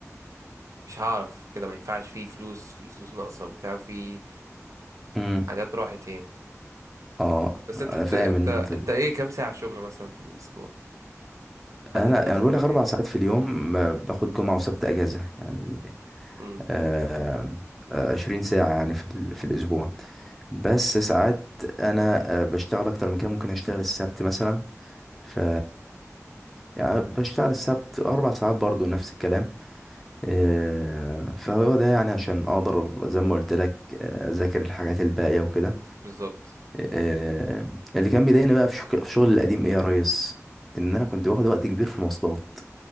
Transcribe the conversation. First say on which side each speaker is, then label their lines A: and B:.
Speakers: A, on the right; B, in the centre.
A: مش هعرف كده ما ينفعش في فلوس في فلوس ناقصه وبتاع وفي
B: مم.
A: حاجات راحت يعني
B: اه
A: بس
B: انا
A: انت بت...
B: فاهم
A: انت
B: ان انت
A: انت ايه كام ساعه شغل مثلا في الاسبوع حدد
B: انا
A: لنفسك
B: يعني بقول لك
A: وقت
B: اربع
A: يعني
B: ساعات في اليوم ما باخد جمعة وسبت اجازة يعني
A: امم
B: آه آه، 20 ساعة يعني في ال- في الاسبوع بس ساعات انا آه، بشتغل اكتر من كده ممكن اشتغل السبت مثلا ف يعني بشتغل السبت اربع ساعات برضو نفس الكلام آه، فهو ده يعني عشان اقدر زي ما قلت لك آه، اذاكر الحاجات الباقيه وكده
A: بالظبط
B: آه، اللي كان بيضايقني بقى في شك- في شغل القديم ايه يا ريس ان انا كنت باخد وقت كبير في مواصلات